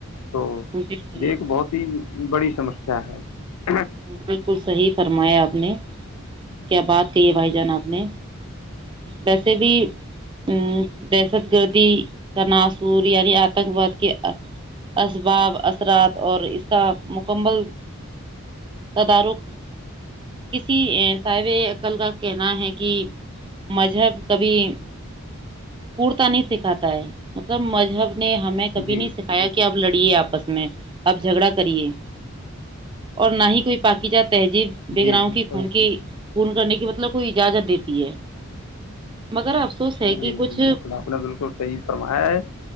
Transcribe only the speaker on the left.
تو
دیکھ بہت ہی بڑی <inaudible>
جی
جی
بالکل
جی
جی بالکل آپ نے بالکل صحیح فرمایا ہے